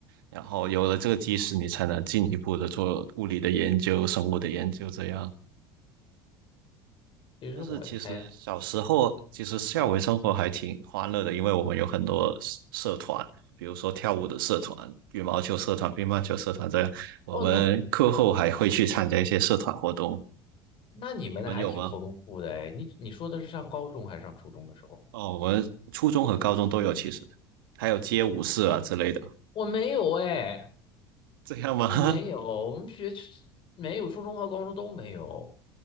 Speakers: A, on the right; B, on the left.
A: 然后有了这个基石，你才能进一步的做物理的研究、生物的研究这样。
B: 其实我哎
A: 但是其实小时候，其实校园生活还挺欢乐的，
B: 嗯。
A: 因为我们有很多社社团，比如说跳舞的社团、羽毛球社团、乒乓球社团这样。我们课后还会去参加一些社团活动，
B: 哦，那那你们的还挺丰富的哎，
A: 你们有吗？
B: 你你说的是上高中还是上初中的时候？
A: 哦，我们初中和高中都有，其实还有街舞社啊之类的，
B: 我没有哎，
A: 这样吗？
B: 我没有，
A: <laughs>
B: 我们学没有初中和高中都没有。